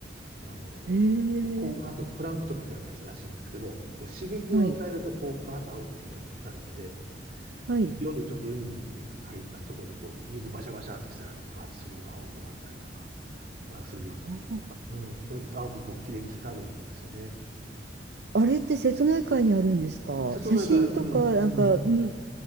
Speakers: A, on the right; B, on the right.
A: あの
B: へ
A: ーこう、
B: え。
A: なんかプランクトンみたいなやつらしいんですけど、こう、刺激を与えると、
B: はい。
A: こう、バーって青くひ光るんで、
B: はい。
A: 夜ちょっと海にね、入ったところで、こう、水バシャバシャってしたら、バーってそこが青くなったりとか、あ、するような、
B: あ
A: うん、青くこう、綺麗に光るんですよね。
B: あれって瀬戸内海にあるんですか写真とか、
A: 瀬戸内海、うん、
B: なんか、
A: うん、
B: うん。